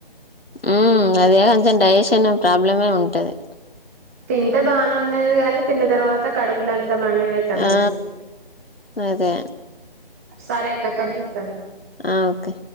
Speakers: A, on the left; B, on the right.
A: ఉ అదే కొంచెం డైజెషన్ ప్రాబ్లమే ఉంటది
B: తింటే బానే ఉన్నది కాని తిన్న తర్వాత కడుపులం త మడినట్టు అనిపిస్తుంది
A: ఆ అదే
B: సరే అక్క కట్ చెత్తన
A: ఆ ఓకే